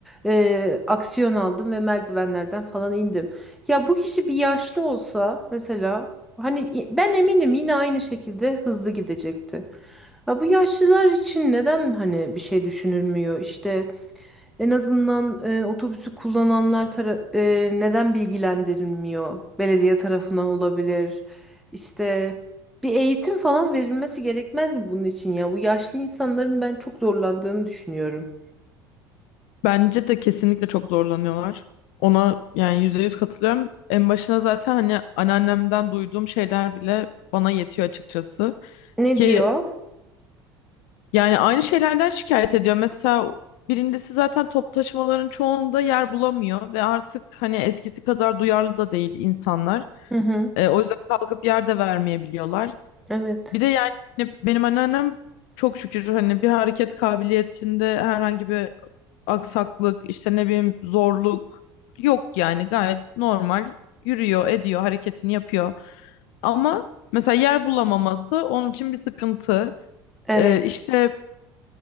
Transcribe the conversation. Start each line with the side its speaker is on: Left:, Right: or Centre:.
Centre: e, aksiyon aldım ve merdivenlerden falan indim. Ya bu kişi bir yaşlı olsa mesela hani i- ben eminim yine aynı şekilde hızlı gidecekti. Ya bu yaşlılar için neden hani bir şey düşünülmüyor? İşte en azından e, otobüsü kullananlar tara- e, neden bilgilendirilmiyor? Belediye tarafından olabilir. İşte bir eğitim falan verilmesi gerekmez mi bunun için ya? Bu yaşlı insanların ben çok zorlandığını düşünüyorum.
Left: Bence de kesinlikle çok zorlanıyorlar. Ona yani yüzde yüz katılıyorum. En başına zaten hani anneannemden duyduğum şeyler bile bana yetiyor açıkçası.
Centre: Ne
Left: Ki
Centre: diyor?
Left: yani aynı şeylerden şikayet ediyor. Mesela birincisi zaten top taşımaların çoğunda yer bulamıyor ve artık hani eskisi kadar duyarlı da değil insanlar.
Centre: Hı hı.
Left: E, o yüzden kalkıp yer de vermeyebiliyorlar.
Centre: Evet.
Left: Bir de yani hani benim anneannem çok şükür hani bir hareket kabiliyetinde herhangi bir aksaklık, işte ne bileyim zorluk yok yani gayet normal yürüyor, ediyor, hareketini yapıyor. Ama mesela yer bulamaması onun için bir sıkıntı.
Centre: Evet.
Left: Ee, işte